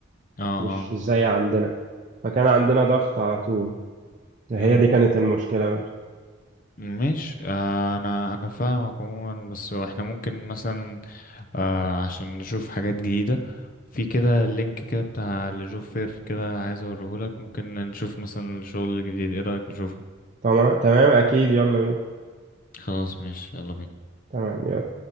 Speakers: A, on the left; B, on the right.
A: اه
B: مش زي عندنا فكان عندنا ضغط على طول هي
A: مم.
B: دي كانت المشكلة بس
A: مش آه، انا انا فاهمك عموما بس احنا ممكن مثلا آه عشان نشوف حاجات جديدة في كده لينك كده بتاع لجوب فير كده عايز اوريهولك ممكن نشوف مثلا الشغل الجديد ايه رأيك نشوفه
B: تمام تمام أكيد يلا بينا
A: خلاص ماشي يلا بينا
B: تمام يلا